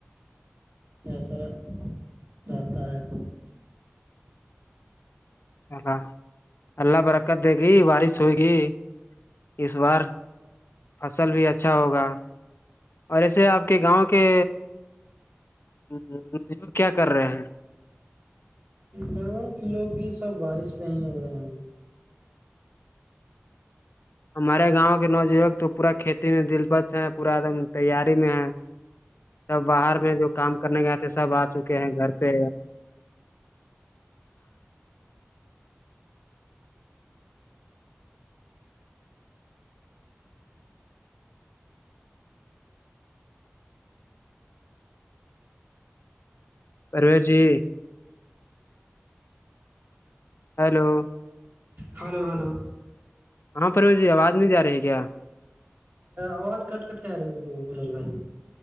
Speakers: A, on the right (about 55°); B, on the left (about 60°).
A: کیسا بتائیں
B: آہ آہ اللہ برکت دے گی بارش ہوئے گی اس بار فصل بھی اچھا ہوگا اور ایسے آپ کے گاؤں کے <unintelligible> کیا کر رہے ہیں
A: گاؤں کے لوگ بھی سب بارش پہ ہی رہ ہیں
B: ہمارے گاؤں کے نوجیوک تو پورا کھیتی میں دلپش ہے پورا ایک دم تیاری میں ہے سب باہر میں جو کام کرنے گ آتے سب آ چکے ہیں گھر پہ آرے جی ہیلو
A: ہیلو ہیلو
B: ہاں پروش جی آواز نہیں جا رہی کیا
A: آواج کٹ کٹ کے آ رہی فروج بھائی